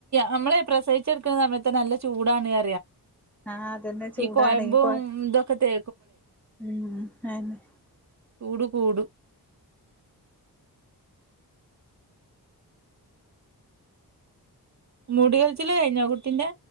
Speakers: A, on the right; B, in the centre.
A: നമ്മള് പ്രസവിച്ചട്ക്ക്ണ സമയത്ത് നല്ല ചൂടാണ്റിയ
B: ആഹ് അതന്നെ ചൂടാണേ
A: ഈ കൊയമ്പും
B: കൊഴ
A: ഇതൊക്കെത്തേ
B: ഉം അതന്നെ
A: കൂടു കൂടു മുടിയാളിച്ചല്കഴിഞ്ഞ കുട്ടി ന്റെ?